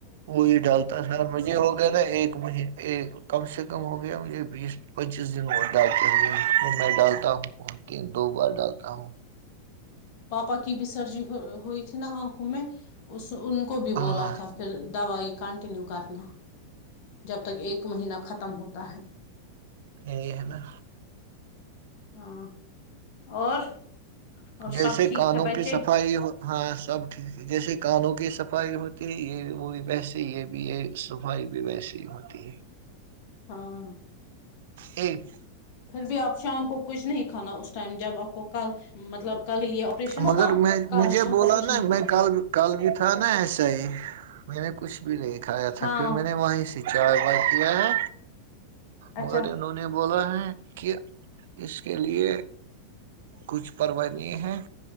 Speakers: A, on the right; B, on the left.
A: وہی ڈالتا ہے سرا مجھے ہو ا ایک مہینے ایک کم سے کم ہو گیا مجھے بیس پچیس دن بہت ڈالتے ہوئے میں ڈالتا ہوں ب دو بار ڈالتا ہوں
B: پاپا کی بھی سرجری ہوئی تھی نا انکھوں میں تو ان کو بھی
A: ہاں
B: بولا تھا پھر دوائی کنٹینیو کرنا جب تک ایک مہینہ ختم ہوتا ہے
A: یہ ہے نا
B: ہاں اور اور
A: جیسے
B: سب ٹھیک
A: کانوں
B: ہے بچے
A: کی صفائی ہو ہاں سب ٹھیک جیسے کانوں کی صفائی ہوتی یہ وہ بھی ویسے ہی یہ بھی یہ صفائی بھی ویسے ہی ہوتی ہے
B: ہاں
A: ایک
B: پھر بھی آپ شام کو کچھ نہیں کھانا اس ٹائم جب آپ کو کل مطلب کل کے لیے آپریشن
A: مگر
B: ہوگا
A: میں مجھے
B: شام
A: بولا
B: کو کچھ
A: نا
B: نہیں
A: میں
B: کھانا
A: کل کل بھی تھا نا ایسا ہی میں نے کچھ بھی نہیں کھایا تھا
B: ہاں
A: پھر میں نے وہیں سے چائے وائی پی ہے
B: اچھا
A: مگر انہوں نے بولا ہے کہ اس کے لیے کچھ پرواہ نہیں ہیں